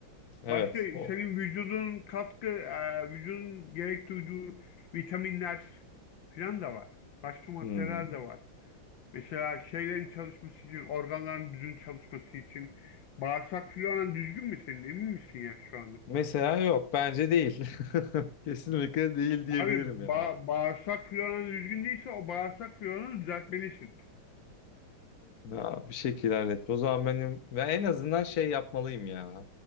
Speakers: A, on the left; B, on the left.
A: Evet.
B: Başka
A: O.
B: senin vücudun katkı, e, vücudun gerek duyduğu vitaminler falan da var. Başka maddeler
A: Hmm.
B: de var. Mesela şeylerin çalışması için, organların düzgün çalışması için bağırsak floran düzgün mü senin? Emin misin ya şu anda?
A: Mesela yok. Bence değil. <laughs> Kesinlikle değil diyebilirim
B: Abi
A: yani.
B: ba bağırsak floran düzgün değilse o bağırsak floranı düzeltmelisin.
A: Ya, bir şekilde hallet. O zaman benim ve en azından şey yapmalıyım ya.